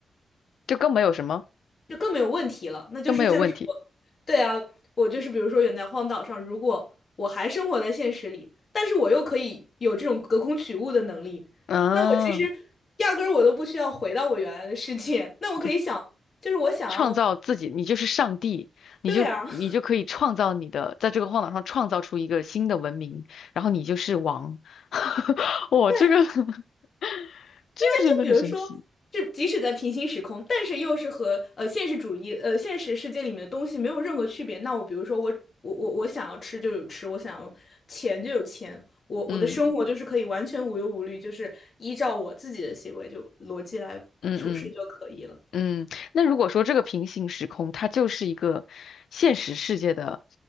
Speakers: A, on the left (about 80°); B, on the left (about 35°).
A: 就更没有什么，
B: 就更没有问题了。那就是像是我，
A: 更没有问题。
B: 对啊，我就是比如说远在荒岛上，如果我还生活在现实里，但是我又可以有这种隔空取物的能力，
A: 啊，
B: 那我其实压根儿我都不需要回到我原来的世界，<laughs> 那我可以想，
A: 就
B: 就是我想要
A: 创造自己，你就是上帝，你就你就可以创造你的，
B: 这样，<laughs>
A: 在这个荒岛上创造出一个新的文明，然后你就是王。<laughs> 哇，
B: 对
A: 这个 <laughs> 这个真的很神奇。
B: 因为就比如说，就即使在平行时空，但是又是和呃现实主义呃现实世界里面的东西没有任何区别。那我比如说我我我我想要吃就有吃，我想要钱就有钱，我我的生活就是可以完全无忧无虑，
A: 嗯
B: 就是依照我自己的行为就逻辑来处事就可以了。
A: 嗯嗯。嗯，那如果说这个平行时空，它就是一个现实世界的，